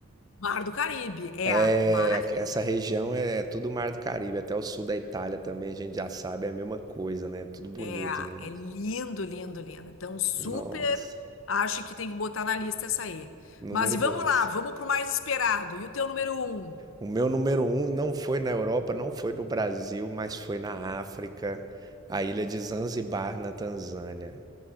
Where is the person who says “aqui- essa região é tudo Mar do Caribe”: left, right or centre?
Right